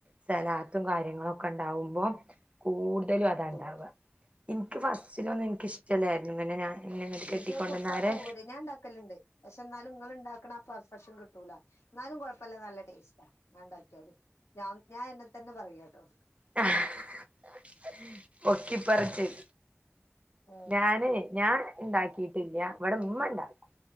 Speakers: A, on the right; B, on the left.
A: സലാത്തും കാര്യങ്ങളൊക്കെണ്ടാവുമ്പോ കൂടുതലും
B: കിട്ടും
A: അതാണ്ടാവ ന്ക്ക് ഫസ്റ്റിൽ ഒന്നും ന്ക് ഇഷ്ടല്ലായ്ന്നു അങ്ങനെ ഞാൻ എന്നെ ഇങ്ങട്ട് കെട്ടിക്കൊണ്ടന്നാരെ
B: ന്ക്കത് കുത്താൻ സൗകര്യം ഞാൻ ണ്ടാക്കൽ ണ്ട് പക്ഷേ ന്നാലും ഞങ്ങൾണ്ടാക്കണ പെർഫെക്ഷൻ കിട്ടു കിട്ടൂല ന്നാലും കൊയ്പ്പല്ല നല്ല ടേസ്റ്റ ഞാൻ ണ്ടാക്കിയാൽ ഞാൻ എന്നെതന്നെ പറയട്ടോ
A: <unintelligible> പൊക്കി പറച്ചിൽ
B: ഉം
A: ഞാന് ഞാ ണ്ടാക്കിയിട്ടില്ല്യ വടേ മ്മ ണ്ടാക്കും